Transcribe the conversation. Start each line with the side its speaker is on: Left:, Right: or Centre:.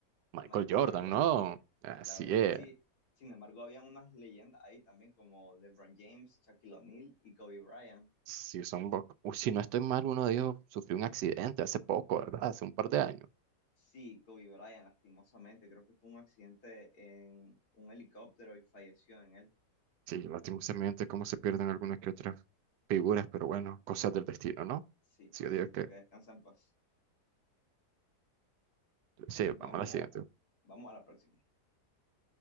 Right: Michael
Left: Michael
Right: Jordan,
Left: Jordan.
Right: ¿no? Así
Left: La verdad es
Right: es.
Left: que sí. Sin embargo, habían unas leyendas ahí también como LeBron James, Shaquille O'Neal y Kobe Bryant.
Right: Si son, bo- o si no estoy mal, uno de ellos sufrió un accidente hace poco, ¿verdad? Hace un par de años.
Left: Sí, Kobe Bryant, lastimosamente, creo que fue un accidente en un helicóptero y falleció en él.
Right: Sí, lastimosamente cómo se pierden algunas que otras figuras, pero bueno, cosas del destino, ¿no?
Left: Sí, pobrecito,
Right: Sí, yo digo que
Left: que descansa en paz.
Right: sí,
Left: Ok, vamos,
Right: vamos a la siguiente.
Left: vamos a la próxima.